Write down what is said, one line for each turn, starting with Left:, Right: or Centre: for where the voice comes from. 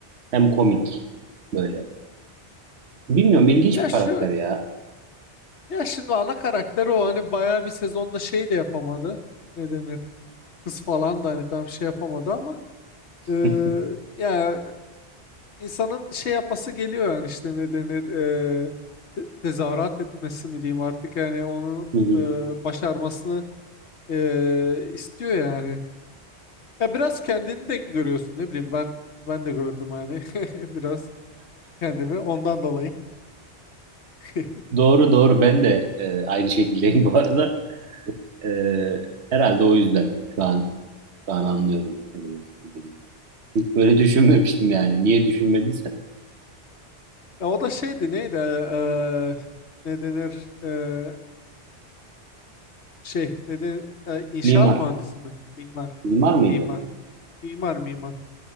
Right: hem komik böyle. Bilmiyorum ilginç
Left: Ya
Right: bir karakter
Left: şu
Right: ya.
Left: ya şimdi ana karakteri o hani bayağı bir sezonda şey de yapamadı. Ne denir? Kız falan da hani tam şey yapamadı ama eee,
Right: <laughs>
Left: ya insanın şey yapası geliyor yani işte ne denir eee, te- tezahürat etmesi mi diyeyim artık yani onu
Right: Hı hı.
Left: eee, başarmasını Ee, istiyor yani. Ya biraz kendini de görüyorsun ne bileyim ben ben de gördüm hani <laughs> biraz kendimi ondan dolayı. <laughs>
Right: Doğru doğru ben de e, aynı şekildeyim bu arada. E, herhalde o yüzden şu an şu an anlıyorum ne demek istediğini. Hiç böyle düşünmemiştim yani. Niye düşünmediysem.
Left: Ya o da şeydi neydi ee, ne denir ee, şey ne denir ee, inşaat
Right: Mimar.
Left: mühendisi mi? Mimar.
Right: Mimar mıydı?
Left: Mimar. Mimar mimar.